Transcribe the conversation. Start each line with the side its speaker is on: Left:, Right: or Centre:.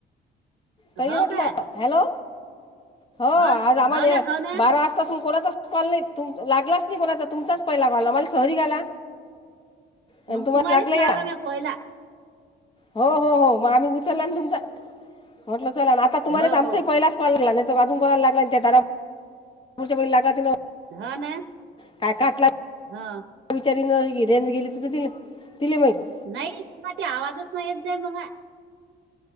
Left: तरी
Right: हो
Left: म्हटलं
Right: काय
Left: हॅलो, हो
Right: हा
Left: आज आम्हाले
Right: हो ना हो ना
Left: बारा वाजता असून कोणाचाच ल नाही लागलाच नाही कोणाचा तुमचाच पहिला वाला. मला सहरी गाला आणि
Right: मग
Left: तुम्हाला
Right: तुम्हालाच
Left: लागलं
Right: लावला
Left: या
Right: म्या पहिला.
Left: हो हो हो, मग आम्ही उचलला आणि तुमचा म्हंटल चला ना आ तुमलाच
Right: हो
Left: आमचही
Right: हो
Left: पहिलाच कॉल लागला. नाहीतर अजून कोणाला लागला त्यात त्यांना <unintelligible> लागा तिल
Right: हो ना.
Left: काय काटला
Right: हा.
Left: बिचारीनं रेंज गेली तिज तिले तिले माहित.
Right: नाही कुणा ते आवाजच नाही येत जाई मगा.